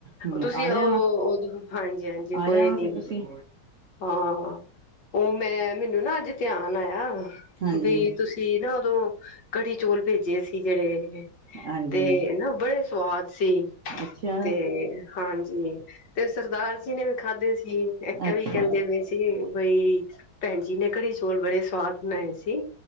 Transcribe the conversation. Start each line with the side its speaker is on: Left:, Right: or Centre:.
Right: ਹਮ
Left: ਤੁਸੀਂ
Right: ਆ ਜਾਣਾ
Left: ਉਹ ਦੋਂ ਹਾਂਜੀ-ਹਾਂਜੀ
Right: ਆ
Left: ਕੋਈ
Right: ਜਾਣਾ
Left: ਨੀ
Right: ਸੀ ਤੁਸੀਂ
Left: ਹਾਂ ਉਹ ਮੈਂ ਮੈਨੂੰ ਨਾ ਅੱਜ ਧਿਆਨ ਆਇਆ
Right: ਹਾਂਜੀ
Left: ਵੀ ਤੁਸੀਂ ਨਾ ਉਦੋਂ ਕੜੀ ਚੋਲ ਭੇਜੇ ਸੀ ਜਿਹੜੇ
Right: ਹਾਂਜੀ
Left: ਤੇ ਨਾ ਬੜੇ ਸਵਾਦ ਸੀ
Right: ਅੱਛਾ
Left: ਤੇ ਹਾਂਜੀ ਤੇ ਸਰਦਾਰ ਕਿਨੇ ਵੀ ਖਾਧੇ ਸੀ ਵੀ
Right: ਅੱਛਾ
Left: ਐਵੀ ਵੀ ਕਹਿੰਦੇ ਪਏ ਸੀਗੇ। ਬਈ ਭੈਣ ਜੀ ਨੇ ਘੜੀ ਚੋਲ ਬੜੇ ਸਵਾਦ ਬਣਾਏ ਸੀ